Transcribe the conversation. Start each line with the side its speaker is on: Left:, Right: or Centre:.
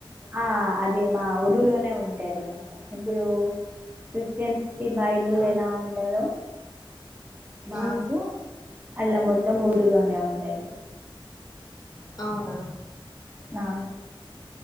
Right: ఆ అదే మా ఉదులో నే ఉంటాది మొత్తం ఇప్పుడు క్రిస్టియన్ కి బైబుల్
Left: ఆ
Right: ఎలా ఉంటాదో అ <inaudible> మాకు
Left: ఆ
Right: ఆళ్ళ మొత్తం ఊదులోనే ఉంటది.
Left: అవునా
Right: నాన్